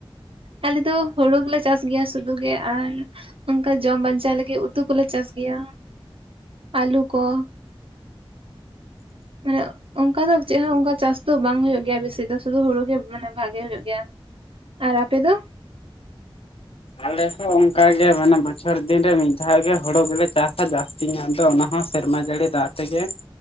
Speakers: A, on the right; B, on the left.
A: ᱟᱞᱮ ᱫᱚ ᱦᱩᱲᱩ ᱜᱮᱞᱮ ᱪᱟᱥ ᱜᱮᱭᱟ ᱥᱩᱫᱩ ᱜᱮ ᱟᱨ ᱚᱝᱠᱟ ᱡᱚᱢ ᱵᱟᱧᱪᱟᱣ ᱞᱟᱹᱜᱤᱫ ᱩᱛᱩ ᱠᱚᱞᱮ ᱪᱟᱥ ᱜᱮᱭᱟ ᱟᱹᱞᱩ ᱠᱚ ᱩᱱᱟᱹᱜ ᱚᱝᱠᱟ ᱫᱚ ᱪᱮᱫ ᱦᱚᱸ ᱚᱱᱠᱟ ᱪᱟᱥ ᱫᱚ ᱵᱟᱝ ᱦᱩᱭᱩᱜ ᱜᱮᱭᱟ ᱵᱤᱥᱤ ᱫᱚ ᱥᱩᱫᱩ ᱦᱩᱲᱩ ᱜᱮ ᱢᱟᱱᱮ ᱵᱷᱟᱜᱮ ᱦᱩᱭᱩᱜ ᱜᱮᱭᱟ᱾ ᱟᱨ ᱟᱯᱮ ᱫᱚ?
B: ᱟᱞᱮ ᱦᱚᱸ ᱚᱝᱠᱟᱟᱜᱮ ᱢᱟᱱᱮ ᱵᱚᱪᱷᱚᱨ ᱫᱤᱱ ᱨᱮ ᱢᱤᱫ ᱫᱷᱟᱣᱜ ᱜᱮ ᱦᱩᱲᱩ ᱜᱮᱞᱮ ᱪᱟᱥᱟ, ᱡᱟᱥ ᱛᱤᱧ ᱟᱫᱚ ᱚᱱᱟ ᱦᱚᱸ ᱥᱮᱨᱢᱟ ᱡᱟᱹᱲᱤ ᱫᱟᱜ ᱛᱮᱜᱮ